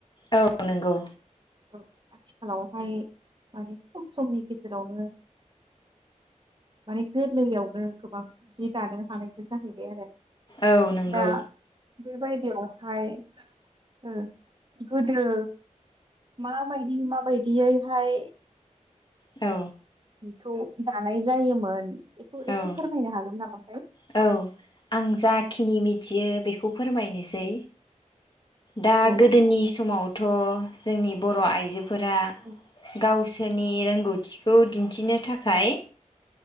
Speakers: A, on the left; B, on the right.
A: औ नंगौ
B: औ आथिखालावहाय माने खम समनि गेजेरावनो माने गोरलैयावनो गोबां जि दानो हानायबो जाहैबाय आरो
A: औ नंगौ
B: दा बेबायदियावहाय ओ गोदो माबायदि माबायदियैहाय
A: औ
B: खौ जानाय जायोमोन बेखौ एसे
A: औ
B: फोरमायनो हागोन नामा
A: औ आं जाखिनि मिथियो बेखौ फोरमायनोसै दा
B: औ
A: गोदोनि समावथ जोंनि बर' आइजो फोरा
B: औ
A: गावसो सोरनि रोंगौथिखौ दिन्थिनो थाखाय